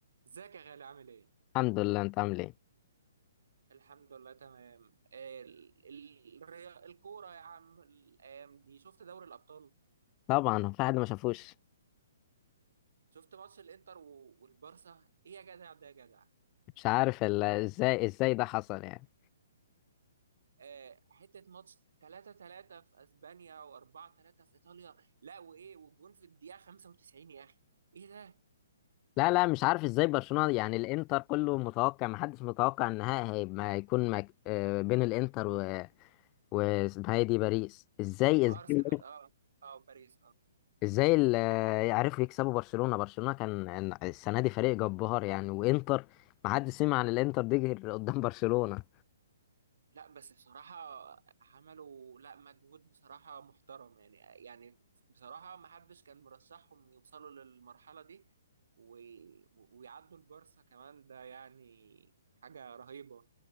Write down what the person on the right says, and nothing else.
ازيك يا غالي عامل ايه؟
الحمد لله تمام آه، ال- ال- الريا- الكورة يا عم الأيام دي شفت دوري الأبطال؟
شفت ماتش الإنتر و- والبارسا؟ ايه يا جدع ده يا جدع؟
آه، حتة ماتش 3-3 في أسبانيا و4-3 في إيطاليا لا وإيه والجون في الدقيقة 95 يا أخي ايه ده؟
وأرسنال
اه اه باريس
لا بس بصراحة عملوا لا مجهود بصراحة محترم يعني يعني بصراحة ما حدش كان مرشحهم يوصلوا للمرحلة دي و... ويعدوا البارسا كمان ده يعني حاجة رهيبة